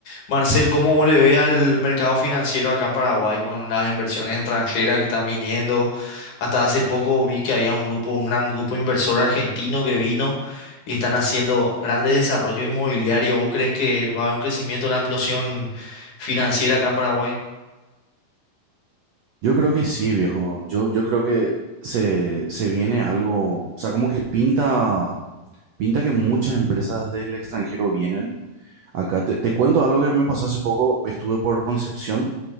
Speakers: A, on the left; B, on the right.
A: Marcel, ¿cómo le ve al mercado financiero acá en Paraguay con las inversiones extranjeras que están viniendo? Hasta hace poco vi que había un grupo, un gran grupo inversor argentino que vino y están haciendo grandes desarrollos inmobiliarios. ¿Vos crees que va a haber un crecimiento, una explosión financiera acá en Paraguay?
B: Yo creo que sí, viejo. Yo, yo creo que se, se viene algo, o sea, como que pinta, pinta que muchas empresas del extranjero vienen. Acá te, te cuento algo que me pasó hace poco. Estuve por Concepción,